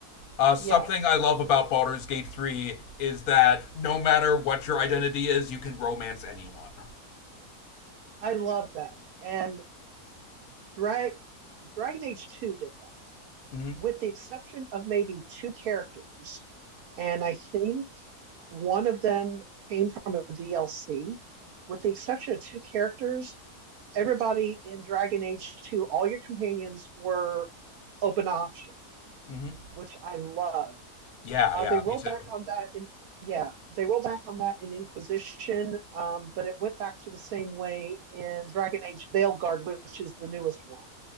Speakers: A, on the left; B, on the right.
A: Uh, something
B: yeah,
A: I love about Baldur's Gate 3 is that no matter what your identity is, you can romance anyone.
B: I love that. And Dra- Dragon Age 2 did
A: Mm-hmm.
B: with the exception of maybe two characters, and I think one of them came from a DLC. With the exception of two characters, everybody in Dragon Age 2, all your companions were open option,
A: Mm-hmm.
B: which I loved.
A: Yeah,
B: Uh,
A: yeah,
B: they rolled
A: me too.
B: back on that in yeah, they rolled back on that in Inquisition, um, but it went back to the same way in Dragon Age Veilguard, which is the newest one.